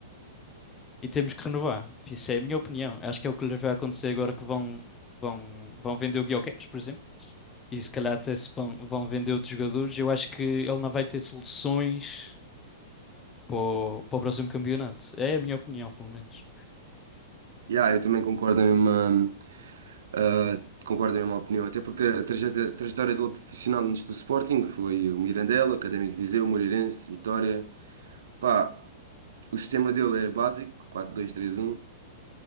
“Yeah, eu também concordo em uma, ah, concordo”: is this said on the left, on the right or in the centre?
Right